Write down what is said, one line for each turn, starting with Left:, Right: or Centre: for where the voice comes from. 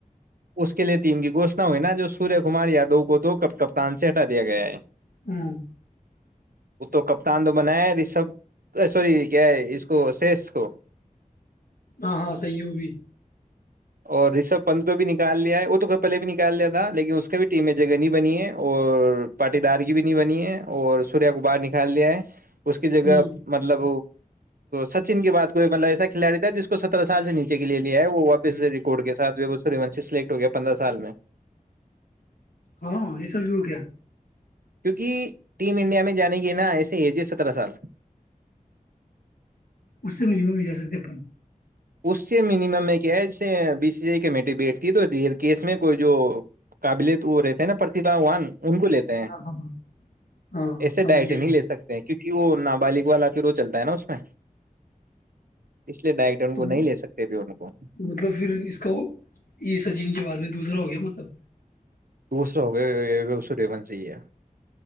Right: اس کے لیے ٹیم کی گوشنا ہوئی نا جو سوریہ کمار یادو کو دو کپتان سے ہٹا دیا گیا ہے
Left: ہاں
Right: وہ تو کپتان تو بنایا رشب سوری کیا ہے اس کو سیش کو
Left: ہاں ہاں صحیح ہے وہ بھی
Right: اور رشب پنت کو بھی نکال لیا ہے وہ تو کھر پہلے بھی نکال لیا تھا لیکن اس کو ک بھی ٹیم میں جگہ نہیں بنی ہے اور پاٹی دار کی بھی نہیں بنی ہے اور سوریہ کو باہر نکال دیا ہے اس کی جگہ
Left: ہوں،
Right: مطلب سچن کی بات کوئی مطلب ایسا کھلاڑی تھا جس کو سترہ سال سے نیچے کے لیے لیا ہے وہ اس ریکارڈ کے ساتھ وہ وہ سور وونشی سلیکٹ ہو گیا پندرہ سال میں
Left: ہاں یہ سب بھی ہو گ کیا
Right: کیونکہ ٹیم انڈیا میں جانے کی نا ایسے ایج ہے سترہ سال
Left: اس سے ممم میں جا سکتے اپن
Right: اس سے مینمم میں کیا ہے جسے بی سی آ کمیٹی بیٹھتی ہے تو کیس میں کوئی جو قابلت وہ رہتا ہے نا پرتیھاان ان کو لیتے ہیں
Left: ہاں ہاں ہاں ہاں
Right: ایسے
Left: سمجھ
Right: ڈائٹ
Left: گیا
Right: نہیں
Left: میں
Right: لے سکتے کیونکہ وہ نابالغ والا پھر وہ چلتا ہے نا اس میں اس لیے ڈائریکٹ ان
Left: تو
Right: کو نہیں لے سکتے پھر ان کو
Left: مطلب پھر اس کا یہ سچین کے بعد میں دوسرا ہو گیا مطلب
Right: دوسرا ہو گیاوڈیون سے ہی ہے